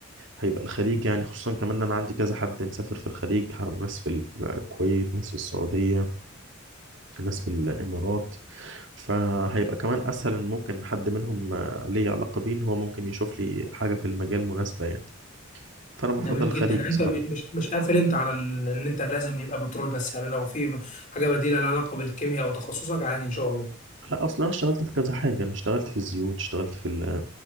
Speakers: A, on the right; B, on the left.
A: هيبقى الخليج يعني خصوصا كمان إن أنا عندي كذا حد مسافر في الخليج ناس في الكويت ناس في السعودية ناس في الإمارات فهيبقى كمان أسهل إن ممكن حد منهم ليه علاقة بيه إن هو ممكن يشوف لي حاجة في المجال مناسبة يعني فانا بفضل
B: جميل
A: الخليج
B: جدا يعني
A: بصراحه
B: انت م- مش مش قافل انت على ال- ان انت لازم يبقى بترول بس يعني لو في حاجه بديله لها علاقه بالكيمياء او تخصصك عادي ان شاء الله
A: لا اصلا انا اشتغلت في كذا حاجه انا اشتغلت في الزيوت اشتغلت في ال-